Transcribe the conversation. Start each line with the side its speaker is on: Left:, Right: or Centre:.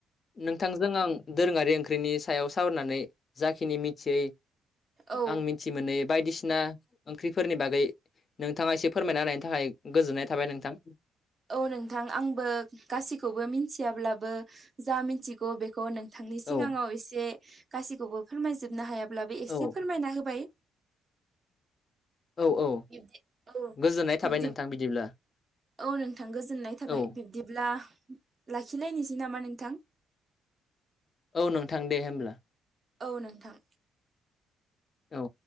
Left: नोंथांजों आं दोरोङारि ओंख्रिनि सायाव सावरायनानै जाखिनि मिथियै।
Right: औ
Left: आं मिथि मोनो बायदिसिना ओंख्रिफोरनि बागै। नोंथाङा एसे फोरमायना होनायनि थाखाय गोजोननाय थाबाय नोंथां।
Right: औ नोंथां आंबो गासिखौबो मिथियाब्लाबो जा मिथिगौ बे। बे खौ नोंथांनि सिगाङाव
Left: औ
Right: एसे गाैखौबो फोरमायजोबनो हायाब्लाबो एसे
Left: औ
Right: फोरमायना होबाय।
Left: औ औ
Right: बिब्दि औ
Left: गोजोननाय
Right: बिब्दि
Left: थाबाय नोंथां बिदिब्ला।
Right: औ नोंथां गोजोननाय थाबाय
Left: औ
Right: बिब्दिब्ला लाखिलायनोसै नामा नोंथां?
Left: औ नोंथां दे होमब्ला।
Right: औ नोंथां।
Left: औ